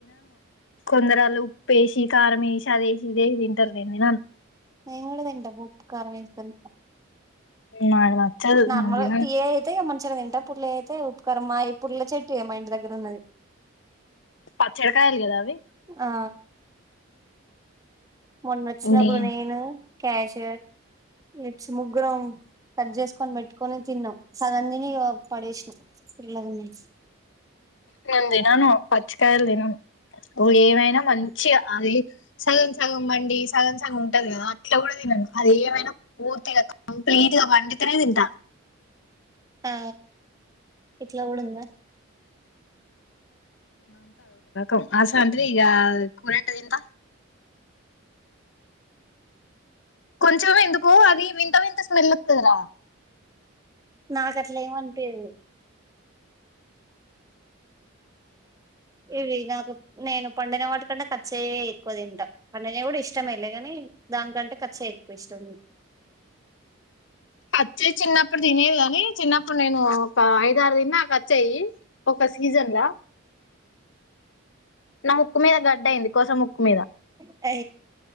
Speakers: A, on the left (about 60°); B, on the right (about 15°).
A: కొందరాళ్లు ఉప్పేసి కారమేసి అదేసి యిదేసి తింటారు నేను తినను.
B: నెంగూడ తింట ఉప్ కారమేస్కోని
A: తినను నాకు నచ్చదు
B: నార్మల్
A: నేను తినను
B: గా తియ్యగైతే ఏమన్ <unintelligible> వింటప్పుడు లేదు కర్మ యి పుల్ల చెట్టుయ్యే మా ఇంటి దగ్ గ రున్నాయి
A: పచ్చడికాయాలు గదా అవి
B: ఆ మొన్నొచ్చినప్పుడు
A: నే
B: నేను క్యాష్ ఇట్స్ ముగ్గురం కట్ చేసుకొని పెట్టుకొని తిన్నాం సగం దిని ఇగ పడేసినాం పుల్లగున్నాయ్
A: నేను దినను పచ్చి కాయలు దినను నువ్వు ఏమైనా మంచిగా అది సగం సగం పండి సగం సగం ఉంటది గదా అట్లా గూడ దినను అది ఏమైనా పూర్తిగ కంప్లీట్ గా పండితేనే దింట
B: తా ఇట్లా గూడ ఉందా
A: ఊమ్ అసంటిది ఇగ కురెట్ట తింట కొంచెం ఎందుకు అది వింత వింత స్మెల్ వతుందిరా
B: నాకు అట్లా ఏమనిపేదు ఇవి నాకు నేను పండిన వాటికంటే పచ్చివే ఎక్కువ తింటా పండనే కూడా ఇష్టమ వెళ్లే కాని దానికంటే పచ్చాయి ఎక్కువ ఇష్టం
A: పచ్చివి చిన్నప్పుడు తినేది కని చిన్నప్పుడు నేను ఒక ఐద ఆరు తిని నాకు పచ్చివి ఒక సీజన్ నా ముక్కు మీద గడ్డ అయింది కోస ముక్కు మీద
B: అ